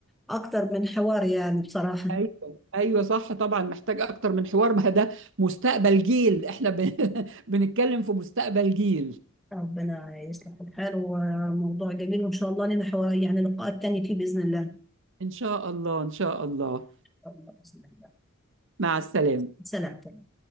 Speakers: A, in the centre; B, on the right (about 65°).
A: أكتر من حوار يعني بصراحة
B: ايوه ايوه صح طبعا محتاج اكتر من حوار ما ده مستقبل جيل احنا ب... <laughs> بنتكلم في مستقبل جيل
A: ربنا يصلح الحال وموضوع جميل وإن شاء الله لنا حوار يعني لقاءات تانية فيه بإذن الله إن
B: ان شاء الله ان شاء الله
A: شاء الله بإذن الله
B: مع السلامة
A: سلام